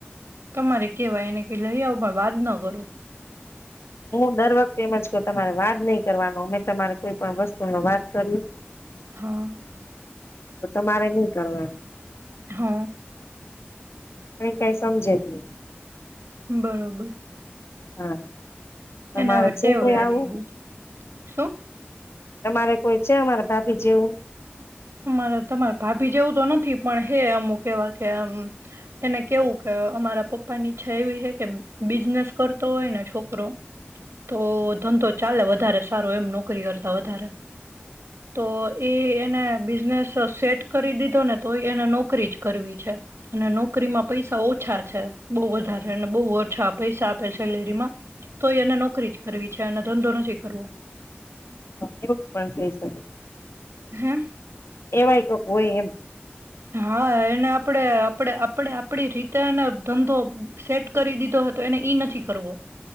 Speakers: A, on the right; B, on the left.
A: તમારે કેવાય એને કય લયાવ પણ વાદ ન કરું.
B: હું દર વખતે એમજ કવ તમારે વાદ નહી કરવાનો, અમે તમારે કોઈ પણ વસ્તુ ન વાદ કર્યો.
A: હા
B: તો તમારે ન કરવાનું
A: હા
B: એ કઈ સમજે જે નહિ.
A: બરોબર.
B: હા. તમારે
A: એને હવે ટેવ
B: જે કોઈ
A: લાગી
B: આવું.
A: ગઈ છે. શું.
B: તમારે કોઈ છે અમારા ભાભી જેવું.
A: અમારે તમારે ભાભી જેવું તો નથી પણ હે અમુક કેવા કેમ એને કેવું કે અમારા પપ્પા ની ઈચ્છા એવી હે કે બિઝનેસ કરતો હોય ને છોકરો તો ધંધો ચાલે વધારે સારો એમ નોકરી કરતા વધારે તો એ એને બિઝનેસ સેટ કરી દીધો ને તોય એને નોકરી જ કરવી છે અને નોકરીમાં પૈસા ઓછા છે બહુ વધારે બહુ ઓછા પૈસા આપે સેલેરીમાં તોય એને નોકરી જ કરવી છે અને ધંધો નથી કરવું.
B: એવું પણ થઈ શકે
A: હે
B: એવાય કોક હોઈ એમ
A: હા એને આપણેે આપણે આપણે આપડી રીતે એને ધંધો સેટ કરી દીધો હતો એને ઈ નથી કરવો.